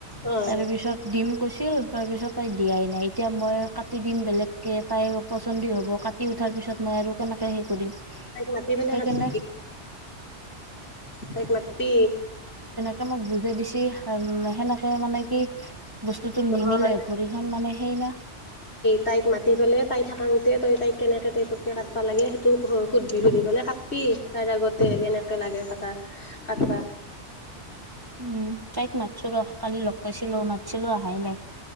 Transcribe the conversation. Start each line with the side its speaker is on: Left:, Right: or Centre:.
Left: অ',
Right: তাৰ পিছত দিম। কৈছিল তাৰপিছত তাই দিয়াই নাই এতিয়া মই কাটি দিম বেলেগকৈ তাই পচন্দই হ'ব কাটি উঠাৰ পিছত মই আৰু কেনেকৈ হেৰি কৰিম।
Left: তাইক মাতি বিনে
Right: সেইকাৰণে
Left: কাটবি তাইক মাতি।
Right: কে মোক বুজে দিছি হ সেনেকে মানে কি? বস্তুতো
Left: নহয়
Right: নিমিলে। ভৰিখন মানে সেই না
Left: তাইক মাতি পেলাই তাই থাকংতে তই তাইক কেনেকে টাইপৰকে কাটিবা লাগে সেইটো সুধবি সুধি পেলাই কাটি তাইৰ আগতে কেনেকে লাগে কটা কাটবা
Right: উম তাইক মাছ ৰ কালি লগ পাইছিলো মাতছিলো আহাই নাই